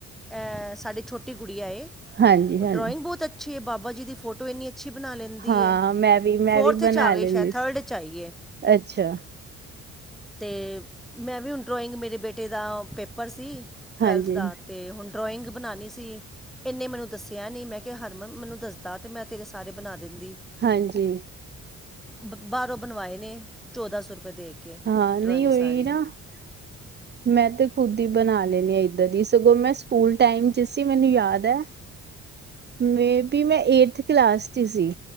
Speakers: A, in the centre; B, on the right (about 35°).
A: ਐਹ ਸਾਡੀ ਛੋਟੀ ਗੁੜਿਆ ਏ।
B: ਹਾਂਜੀ
A: ਡਰਾਇੰਗ
B: ਹਾਂਜੀ
A: ਬਹੁਤ ਅੱਛੀ ਏ ਬਾਬਾ ਜੀ ਦੀ ਫੋਟੋ ਇੰਨੀ ਅੱਛੀ ਬਣਾ ਲੈਂਦੀ
B: ਹਾਂ
A: ਏ
B: ਮੈਂ ਵੀ ਮੈਂ
A: ਫੋਰਥ
B: ਵੀ
A: 'ਚ
B: ਬਣਾ
A: ਆ ਗਈ
B: ਲੈਂਦੀ
A: ਸ਼ਾਇਦ ਥਰਡ
B: ਸੀ
A: 'ਚ ਆਈ ਏ।
B: ਅੱਛਾ
A: ਤੇ ਮੈਂ ਵੀ ਹੁਣ ਡਰਾਇੰਗ ਮੇਰੇ ਬੇਟੇ ਦਾ ਪੇਪਰ ਸੀ ਟਵੈਲਥ
B: ਹਾਂਜੀ
A: ਦਾ ਤੇ ਹੁਣ ਡਰੋਇੰਗ ਬਣਾਣੀ ਸੀ। ਇਨੇ ਮੈਨੂੰ ਦੱਸਿਆ ਨੀ ਮੈਂ ਕਿਹਾ ਹਰਮਨ ਮੈਨੂੰ ਦੱਸਦਾ ਤੇ ਮੈਂ ਤੇਰੇ ਸਾਰੇ ਬਣਾ ਦਿੰਦੀ।
B: ਹਾਂਜੀ,
A: ਬ ਬਾਹਰੋਂ ਬਣਵਾਏ ਨੇ, ਚੌਦਾਂ ਸੌ ਰੁਪਏ ਦੇ ਕੇ
B: ਹਾਂ ਨਹੀਂ
A: ਡਰੋਇੰਗ
B: ਉਹੀ
A: ਸਾਰੀ।
B: ਨਾ
A: <unintelligible>
B: ਮੈਂ ਤੇ ਖੁੱਦ ਹੀ ਬਣਾ ਲੈਣੀ ਹਾਂ ਇੱਧਰ ਹੀ ਸਗੋਂ ਮੈਂ, ਸਕੂਲ ਟਾਈਮ ਚਿਸ ਸੀ ਮੈਨੂੰ ਯਾਦ ਹੈ, ਮੇ- ਵੀ ਮੈਂ ਏਠਥ ਕਲਾਸ ਚ ਸੀ,